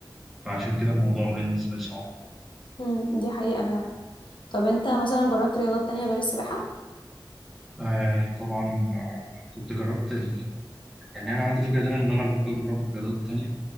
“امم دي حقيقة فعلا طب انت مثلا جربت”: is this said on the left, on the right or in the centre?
Left